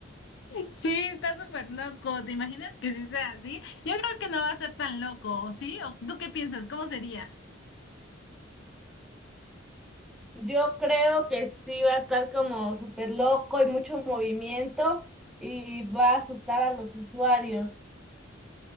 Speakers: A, on the left; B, in the centre.
A: Sí, está súper loco. ¿Te imaginas que sí sea así? Yo creo que no va a ser tan loco, ¿o sí? ¿O tú qué piensas? ¿Cómo sería?
B: Yo creo que sí va a estar como súper loco y mucho movimiento y va a asustar a los usuarios.